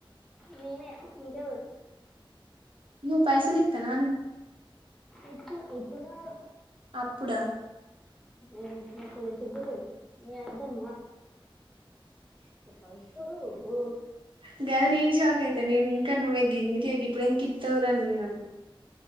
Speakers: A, in the centre; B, on the right.
A: నీనే ఇంకేవఊరు
B: నవు పైసలు ఇతనవ
A: ఎక్స్ ఇప్పుడు కాదు
B: అప్పుడ
A: ఏ మసిగురద మా పైస బో
B: గగాదా నీన్ శాక్ అయితతే న ఇంకా నువ్వె ఇందకగ ఇప్పుడు ఎంద ఇతవరా అన్నయ్య.